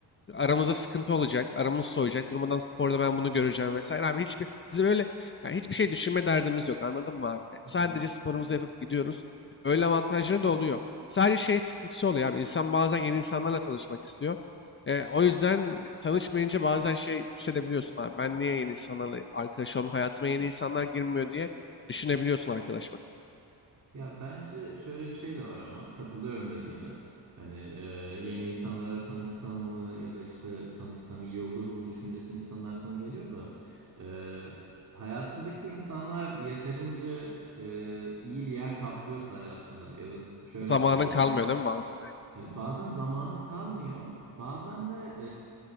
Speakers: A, on the left (about 30°); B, on the right (about 45°).
A: aramızda sıkıntı olacak, aramız soğuyacak. Durmadan sporda ben bunu göreceğim vesaire. Abi hiçbir bizim öyle yani hiçbir şey düşünme derdimiz yok. Anladın mı abi?
B: hı
A: Sadece
B: hı.
A: sporumuzu yapıp gidiyoruz. Öyle avantajları da oluyor. Sadece şey sıkıntısı oluyor abi. İnsan bazen yeni insanlarla tanışmak istiyor. E, o yüzden tanışmayınca bazen şey hissedebiliyorsun abi. Ben niye yeni insanlarla arkadaş olmuyorum? Hayatıma yeni insanlar girmiyor diye düşünebiliyorsun arkadaş bakın.
B: Ya bence şöyle bir şey de var ama katılıyorum dediğine. Hani e, yeni insanlara tanışsam mı ya da işte tanışsam iyi olur mu düşüncesi insanın aklına geliyor da e, hayatındaki insanlar yeterince e, iyi bir yer kaplıyorsa hayatında ya da şöyle
A: Zamanın
B: söyleyeyim.
A: kalmıyor değil mi bazen? Aynen.
B: E, Bazen zamanın kalmıyor, bazen de